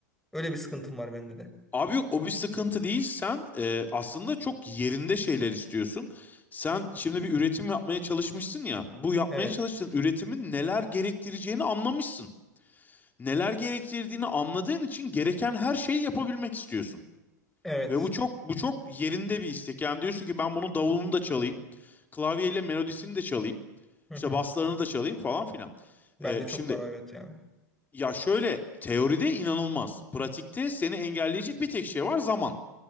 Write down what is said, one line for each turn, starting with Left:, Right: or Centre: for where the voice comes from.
Centre: Öyle bir sıkıntım var bende de.
Left: Abi yok o bir sıkıntı değil. Sen e, aslında çok yerinde şeyler istiyorsun. Sen şimdi bir üretim yapmaya çalışmışsın ya. Bu yapmaya
Centre: Evet.
Left: çalıştığın üretimin neler gerektireceğini anlamışsın. Neler gerektirdiğini anladığın için gereken her şeyi yapabilmek istiyorsun.
Centre: Evet.
Left: Ve bu çok bu çok yerinde bir istek. Yani diyorsun ki ben bunun davulunu da çalayım. Klavyeyle melodisini de çalayım.
Centre: Hı
Left: İşte
Centre: hı.
Left: baslarını da çalayım falan filan.
Centre: Bende
Left: Ee,
Centre: çok
Left: şimdi
Centre: var o evet ya.
Left: ya şöyle teoride inanılmaz. Pratikte seni engelleyecek bir tek şey var zaman.